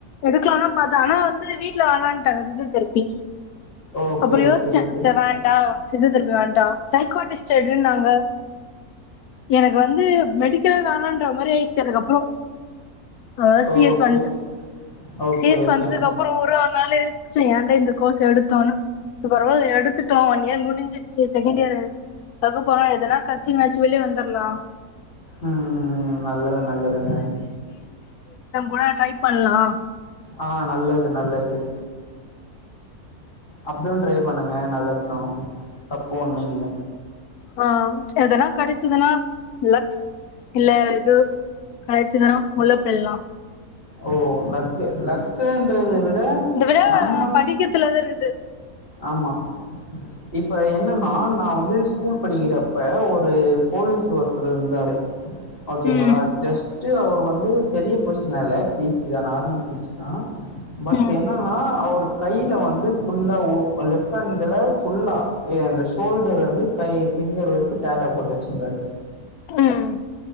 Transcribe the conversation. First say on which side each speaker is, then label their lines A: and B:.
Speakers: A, on the left; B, on the left.
A: எடுக்கலானு பார்த்தே ஆனா வந்து வீட்ல வேணான்ட்டாங்க பிசியோதெரபி
B: ஓகே
A: அப்றோ
B: ஓகே
A: யோசிச்சே
B: ஓகே.
A: சரி வேண்டா பிசியோதெரபி வேண்டா சைக்காடிஸ்ட் எடுன்னாங்க எனக்கு வந்து மெடிக்கல் வேண்டான்ற மாரி ஆயிடுச்சு அதுகப்றோ ஹஸ் சி
B: ஓகே.
A: எஸ் வந்து
B: ஓகே
A: சி எஸ்
B: ஓகே
A: வந்ததுக்கு
B: அண்ணா.
A: அப்றோ ஒரு ஆள் ஒருநாளு சே ஏன்ட இந்த கோர்ஸ் எடுத்தோன்னு பரவால எடுத்துட்டோ ஒன் இயர் முடிஞ்சிச்சு செகண்ட் இயர் அக்க போறோ எதுனா கத்தினாச்சு வெளிய வந்துரலா
B: உம் உம் நல்லது நல்லதுங்க
A: உம் ட்ரை பண்லா
B: ஆ நல்லது நல்லது அப்டியு ட்ரை பண்ணுங்க நல்லது தா தப்போ ஒன்னு இல்ல
A: ஆ எதனா கடைச்ச எதனா இல்லக் இல்ல இது கடைச்சிதுனா உள்ளப்பேரலா
B: ஓ லக்கு லக் லக்குன்றது விட
A: இத விடா
B: நம்ம
A: படிக்கிரத்துல தா இருக்குது
B: ஆமா இப்ப என்னன்னா நா வந்து ஸ்கூல் படிக்கிறப்ப ஒரு போலீஸ் ஒருத்தர் இருந்தாரு ஓகேங்ளா
A: ம்
B: ஜஸ்ட் ட்டு அவர் வந்து பெரிய போஸ்ட்னல பி சி தா நார்மல் பி சி தா பட்
A: ம்
B: என்னன்னா அவரு கைய்ல வந்து ஃபுல்லா ஓ லெஃப்ட் ஹண்ட்ல ஃபுல்லா இந்த ஷோல்டர் வந்து கை ஃபிங்கர் வரைக்கு டேட்டொ போட்டு வச்சிருந்தாரு
A: உம்